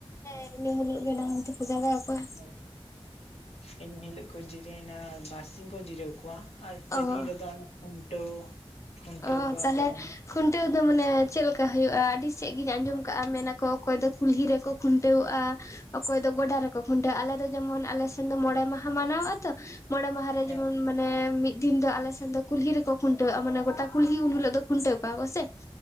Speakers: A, on the left; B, on the left.
A: ᱦᱮᱸ ᱮᱱᱤ ᱦᱤᱞᱚᱜ ᱜᱮ ᱰᱟᱝᱨᱤ ᱫᱚᱠᱚ ᱡᱟᱜᱟᱣ ᱠᱚᱣᱟ।
B: ᱦᱳᱭ, ᱤᱱ ᱦᱤᱞᱚᱜ ᱠᱚ ᱡᱤᱨᱟᱹᱭᱮᱱᱟ, ᱵᱟᱨᱥᱤᱧ ᱠᱚ ᱡᱤᱨᱟᱹᱣ ᱠᱚᱣᱟ। ᱟᱨ ᱯᱮ
A: ᱚ
B: ᱫᱤᱱ ᱨᱮᱫᱚ ᱚᱱᱮ ᱠᱷᱩᱱᱴᱟᱹᱣ, ᱠᱷᱩᱱᱴᱟᱹᱣ
A: ᱚ
B: ᱠᱚᱣᱟ
A: ᱛᱟᱦᱚᱞᱮ
B: ᱠᱚ ᱾
A: ᱠᱷᱩᱱᱴᱟᱹᱣ ᱫᱚ ᱢᱟᱱᱮ ᱪᱮᱫ ᱞᱮᱠᱟ ᱦᱩᱭᱩᱜᱼᱟ? ᱟᱹᱰᱤ ᱥᱮᱫ ᱜᱤᱧ ᱟᱸᱡᱚᱢ ᱠᱟᱜᱼᱟ, ᱢᱮᱱᱟᱠᱚ ᱚᱠᱚᱭ ᱫᱚ ᱠᱩᱞᱦᱤ ᱨᱮᱠᱚ ᱠᱷᱩᱱᱴᱟᱹᱣᱟᱜᱼᱟ। ᱚᱠᱚᱭ ᱫᱚ ᱜᱚᱰᱟ ᱨᱮᱠᱚ ᱠᱷᱩᱱᱴᱟᱹᱜᱼᱟ, ᱟᱞᱮ ᱫᱚ ᱡᱮᱢᱚᱱ ᱟᱞᱮᱥᱱ ᱫᱚ ᱢᱚᱬᱮ ᱢᱟᱦᱟ ᱢᱟᱱᱟᱣ ᱟ ᱛᱚ, ᱢᱚᱬᱮ ᱢᱟᱦᱟ ᱼᱼ
B: ᱦᱮᱸ
A: ᱡᱮᱢᱚᱱ ᱢᱟᱱᱮ ᱢᱤᱫ ᱫᱤᱱ ᱫᱚ ᱟᱞᱮ ᱥᱮᱱ ᱫᱚ ᱠᱩᱞᱦᱤ ᱨᱮᱠᱚ ᱠᱷᱩᱱᱴᱟᱹᱜᱼᱟ, ᱢᱟᱱᱮ ᱜᱚᱴᱟᱼᱼ ᱠᱩᱞᱦᱤ ᱩᱱ ᱦᱤᱞᱳ ᱫᱚ ᱠᱷᱩᱱᱴᱟᱹᱣ ᱠᱚᱣᱟ ᱠᱚ ᱥᱮ।